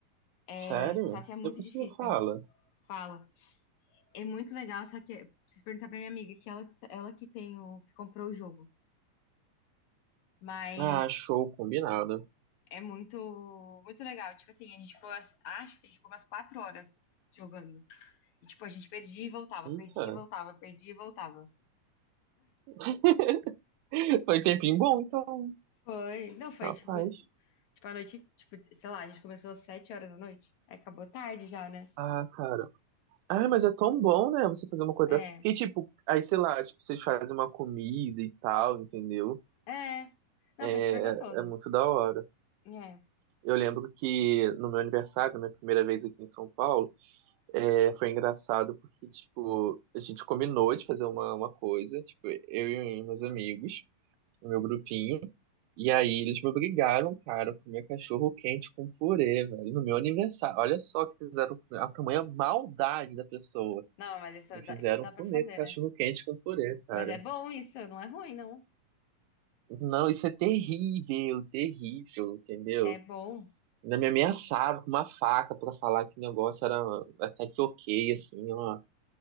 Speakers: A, on the left; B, on the right.
A: É,
B: sério?
A: só que é muito
B: Depois
A: difícil.
B: você me fala.
A: Fala. É muito legal, só que eu preciso perguntar pra minha amiga, que ela, ela que tem o, que comprou o jogo. Mas
B: Ah, show, combinado.
A: é muito, muito legal. Tipo assim, a gente ficou, as- acho que a gente ficou umas quatro horas jogando. E tipo, a gente perdia e voltava,
B: Eita.
A: perdia e voltava, perdia e voltava.
B: <laughs> Foi tempinho bom, então.
A: Foi. Não, foi
B: Rapaz.
A: tipo. em- Tipo, a noite, tipo, sei lá, a gente começou às sete horas da noite. Aí acabou tarde já, né?
B: Ah, cara. Ah, mas é tão bom, né? Você fazer uma coisa.
A: É.
B: Porque, tipo, aí, sei lá, tipo, vocês fazem uma comida e tal, entendeu?
A: É. Não,
B: É,
A: foi super
B: é
A: gostoso.
B: é muito da hora.
A: É.
B: Eu lembro que no meu aniversário, minha primeira vez aqui em São Paulo, É, foi engraçado porque, tipo, a gente combinou de fazer uma, uma coisa, tipo, eu e meus amigos, o meu grupinho, e aí eles me obrigaram, cara, a comer cachorro quente com purê, velho, no meu aniversário. Olha só que fizeram a tamanha maldade da pessoa.
A: Não, mas isso
B: Me
A: dá,
B: fizeram
A: isso dá
B: comer
A: pra fazer,
B: cachorro
A: né?
B: quente com purê, cara.
A: Mas é bom isso, não é ruim, não.
B: Não, isso é terrível, terrível, entendeu?
A: É bom.
B: Ainda me ameaçaram com uma faca pra falar que o negócio era até que ok, assim, ó.